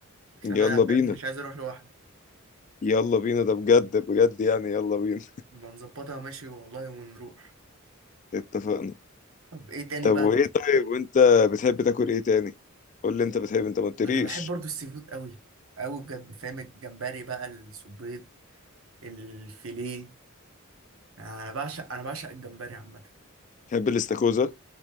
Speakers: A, on the right (about 70°); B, on the left (about 35°).
A: بس
B: يلا
A: انا
B: بينا
A: فاهم مش عايز اروح لوحدي
B: يلا بينا ده بجد بجد يعني يلا بينا
A: نبقى نظبطها ماشي والله ونروح
B: <laughs> اتفقنا
A: طب ايه تاني
B: طب
A: بقى
B: وايه طيب وانت بتحب تاكل ايه تاني قول لي انت بتحب انت ما قلتليش
A: انا بحب برضو السي فود قوي قوي بجد فاهم الجمبري بقى السبيط الفيليه انا بعشق انا بعشق الجمبري عامه
B: بتحب الاستاكوزا